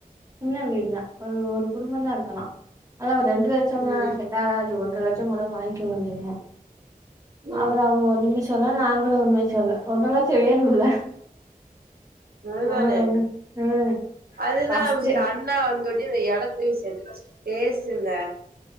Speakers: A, on the right (about 20°); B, on the right (about 85°).
A: சின்ன வீடுதா ஒரு ஒரு குடும்பந்தா இருக்கலா ஆனா ஒரு ரெண்டு லட்சம்லா
B: ம்
A: செட் டாகாது ஒன்ற லட்சங் கூட வாங்கிக்கோங்கன்னு சொன்னோ
B: ம்
A: அப்புறோ அவுங்க ஒன்னுமே சொல்ல நாங்களு ஒன்னுமே சொல்ல ஒன்ற லட்சொ வேணும்ல
B: இவ்ளோதானே
A: அவங்களு ஒண்ணு ம்
B: அதுதா
A: ஃபஸ்ட்டு
B: விஷ் ஜண்ணா வந்தோன்னே இந்த எடத்தையு சேர்த்து ஃபஸ்ட் பேசுங்க